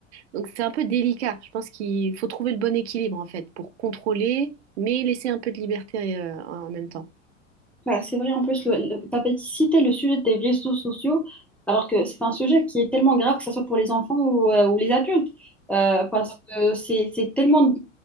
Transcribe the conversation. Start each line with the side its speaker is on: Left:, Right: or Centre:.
Right: Donc c'est un peu délicat. Je pense qu'il faut trouver le bon équilibre en fait pour contrôler, mais laisser un peu de liberté euh, en même temps.
Centre: Bah, c'est vrai, en plus, le, tu avais cité le sujet des réseaux sociaux, alors que c'est un sujet qui est tellement grave, que ce soit pour les enfants ou, euh, ou les adultes, euh, parce
Right: Mm.
Centre: que c'est c'est tellement